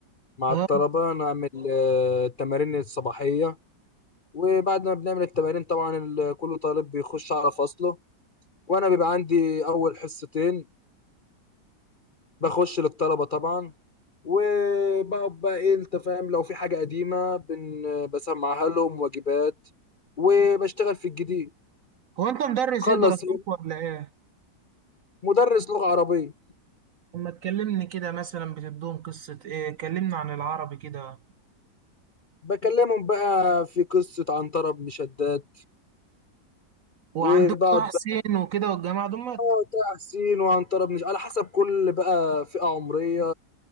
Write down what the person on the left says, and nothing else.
مع
الطلبة نعمل آه، التمارين الصباحية وبعد ما بنعمل التمارين طبعا ال- كل طالب بيخش على فصله وأنا بيبقى عندي أول حصتين بخش للطلبة طبعا وبقعد بقى إيه أنت فاهم لو في حاجة قديمة بن بسمعها لهم واجبات وبشتغل في الجديد
خلص
مدرس لغة عربية
بكلمهم بقى في قصة عنترة بن شداد
وبقعد
بقى
اه تحسين وعنترة بن على حسب كل بقى فئة عمرية